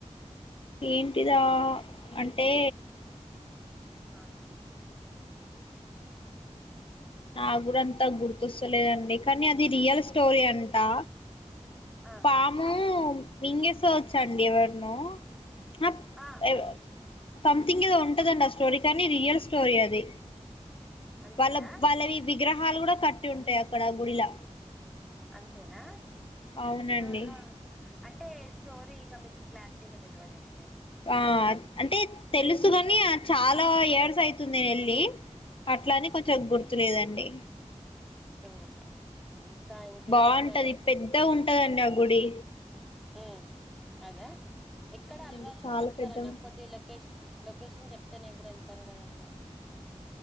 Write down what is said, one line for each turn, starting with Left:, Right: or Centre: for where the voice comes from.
Left: ఏంటిదా అంటే
Centre: ఆ
Left: నా కూడా అంతా గుర్తొస్తలేదండి కానీ అది రియల్ స్టోరీ అంటా
Centre: ఆ,
Left: పాము మింగేసోచ్చాండి
Centre: ఆ,
Left: ఎవర్నో ఆప్
Centre: ఆ,
Left: ఎవర్ తంథింగ్ ఎదో ఉంటదండి ఆ స్టోరీ టెని రియల్ స్టోరి అది
Centre: అంతేనా
Left: వాళ్ళ వాళ్ళవి విగ్రహాలు కూడా కట్ టుంటాయి అక్కడ గుడిలా
Centre: అంతేనా
Left: అవునండి
Centre: ఆహా అంటే స్టోరీ ఇంకా మీకు క్లారిటీగ్ తెలియదేమో మీకు
Left: ఆ అంటే తెలుసు కాని అద్ చాలా ఎన్నో ఇయర్స్ అయితుంది నేను ఎల్లి అట్లానే కొంచెం గుర్తులేదండి
Centre: ఓకే ఓకే ఇంకా ఇంకేం
Left: బాగుంటది
Centre: చూసారు
Left: పెద్ద ఉంటదండి ఆ గుడి
Centre: ఆ అద ఎక్కడ
Left: అవునండి
Centre: అల్వాళ్ల్లో
Left: చాలా
Centre: చెపుతర
Left: పెద్దగా
Centre: కొద్ది లొకేష్ లొకేషన్ చెప్తే నేను కూడా వెళ్తాన్ కద అంటే